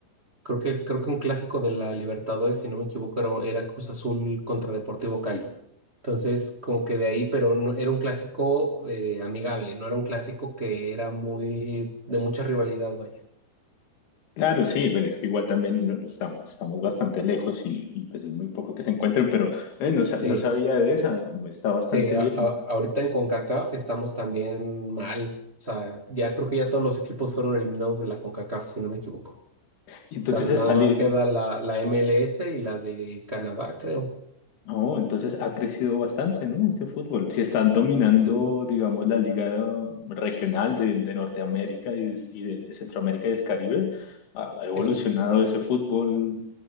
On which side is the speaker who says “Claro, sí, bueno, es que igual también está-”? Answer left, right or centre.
Left